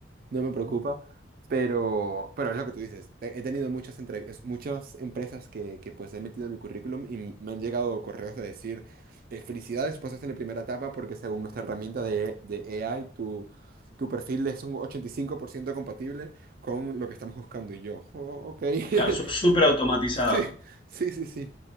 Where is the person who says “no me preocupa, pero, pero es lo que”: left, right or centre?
Right